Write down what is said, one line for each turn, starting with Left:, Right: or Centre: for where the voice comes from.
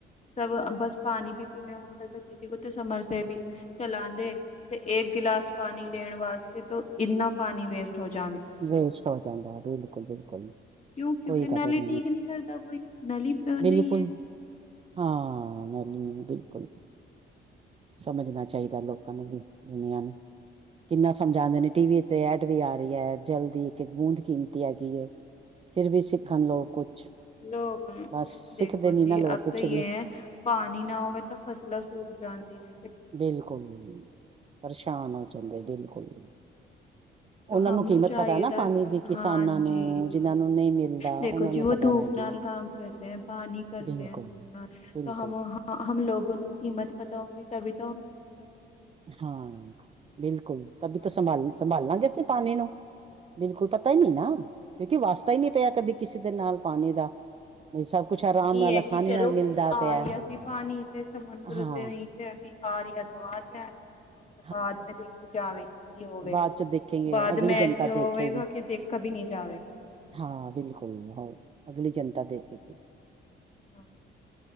Left: ਸਭ ਬਸ ਪਾਣੀ ਵੀ ਪੀਣਾ ਹੁੰਦਾ, ਤਾਂ ਕਿਸੇ ਕੋ ਤਾਂ ਸਮਰਸਿਵਰ ਚਲਾਦੇ ਤੇ ਇਕ ਗਲਾਸ ਪਾਣੀ ਲੈਣ ਵਾਸਤੇ ਤੋਂ ਇੰਨਾ ਪਾਣੀ ਵੇਸਟ ਹੋ ਜਾਂਦਾ।
Right: ਵੇਸਟ ਹੋ ਜਾਂਦਾ ਹੈ ਬਿਲਕੁਲ।
Left: ਕਿਉਂ ਕਿਉਂਕਿ
Right: ਕੋਈ
Left: ਨਲੀ
Right: ਕਦਰ
Left: ਠੀਕ ਨਹੀਂ ਕਰਦਾ ਕੋਈ ਨਲੀ
Right: ਬਿਲਕੁਲ
Left: ਨਹੀਂ ਹੈ।
Right: ਹਾਂ ਨਲੀ ਬਿਲਕੁਲ ਸਮਝਣਾ ਚਾਹੀਦਾ ਲੋਕਾਂ ਨੂੰ ਵੀ ਦੁਨੀਆਂ ਨੂੰ ਕਿੰਨਾ ਸਮਝਾਉਂਦੇ ਨੇ ਟੀਵੀ ਤੇ ਐਡ ਵੀ ਆ ਰਹੀ ਹੈ ਜਲ ਦੀ ਇੱਕ- ਇੱਕ ਬੂੰਦ ਕੀਮਤੀ ਹੈਗੀ ਹੈ। ਫਿਰ ਵੀ ਸਿੱਖਣ ਲੋਕ ਕੁਛ।
Left: ਲੋਕ
Right: ਬਸ
Left: ਦੇਖੋ
Right: ਸਿੱਖਦੇ ਨੀ
Left: ਜੀ
Right: ਨਾ ਲੋਕ
Left: ਇਦਾਂ
Right: ਕੁਛ
Left: ਹੀ
Right: ਵੀ
Left: ਹੈ ਪਾਣੀ ਨਾ ਹੋਵੇ ਤਾਂ ਫਸਲਾਂ ਸੁਕ ਜਾਣਦੇ ਨੇ।
Right: ਬਿਲਕੁਲ ਪਰੇਸ਼ਾਨ ਹੋ ਜਾਂਦੇ ਬਿਲਕੁਲ। ਉਹਨਾਂ
Left: ਹਮ
Right: ਕੀਮਤ
Left: ਨੂੰ ਚਾਹੀਦਾ
Right: ਪਤਾ ਹੈ ਨਾ ਪਾਣੀ ਦੀ ਕਿਸਾਨਾਂ
Left: ਹਾਂਜੀ
Right: ਨੂੰ ਜਿਹਨਾਂ ਨੂੰ ਨਹੀਂ ਮਿਲਦਾ
Left: ਦੇਖੋ
Right: ਉਹਨਾਂ ਨੂੰ
Left: ਜੀ ਉਹ
Right: ਕਦਰ
Left: ਧੂਪ
Right: ਹੈਗੀ।
Left: ਨੇ ਨਾਲ ਕੰਮ ਕਰਦੇ ਹੈ ਪਾਣੀ ਕਰਦੇ
Right: ਬਿਲਕੁਲ,
Left: ਹੈ ਧੂਪ ਨਾਲ
Right: ਬਿਲਕੁਲ
Left: ਹਮ ਲੋਗ ਨੂੰ ਕੀਮਤ ਪਤਾ ਹਉਂਦੀ ਤਵੀ ਤੋ
Right: ਹਾਂ ਬਿਲਕੁਲ ਤਦੀ ਤੋ ਸੰਭਾਲ ਸੰਭਾਲਾਂਗੇ ਅਸੀਂ। ਪਾਣੀ ਨੂੰ ਬਿਲਕੁਲ ਪਤਾ ਹੀ ਨੀ ਨਾ ਕਿਉਂਕਿ ਵਾਸਤਾ ਹੀ ਨੀ ਪਿਆ ਕਦੀ ਕਿਸੇ ਦੇ ਨਾਲ ਪਾਣੀ ਦਾ। ਵੀ ਸਭ ਕੁਛ ਆਰਾਮ
Left: ਇਹ
Right: ਨਾਲ
Left: ਹੈ
Right: ਆਸਾਨੀ
Left: ਕਿ ਚਲੋ
Right: ਨਾਲ ਮਿਲਦਾ
Left: ਆ
Right: ਪਿਆ
Left: ਰਹੀ ਸੀਂ ਪਾਣੀ ਤੇ ਸਮੁੰਦਰ
Right: ਹਾਂ।
Left: ਤੇ ਨਹੀਂ ਆ ਰਿਹਾ ਤੋ ਆ ਰਿਹਾ।
Right: <unintelligible>
Left: ਬਾਅਦ ਮੈਂ ਦੇਖੀ ਜਾਵੇਗੀ ਕੀ ਹੋਵੇਗਾ
Right: ਬਾਅਦ ਚੋਂ ਦੇਖੇਗੇ
Left: ਬਾਅਦ
Right: ਅਗਲੀ
Left: ਮੈਂ
Right: ਜਨਤਾ
Left: ਐਸੀ ਹੋਵੇਗਾ
Right: ਦੇਖੇਗੀ
Left: ਕਿ ਦੇਖਾ ਵੀ ਨਹੀਂ ਜਾ ਜਾਵੇ।
Right: ਹਾਂ ਬਿਲਕੁਲ ਹੋ ਅਗਲੀ ਜਨਤਾ ਦੇਖ ਕੇ
Left: ਹ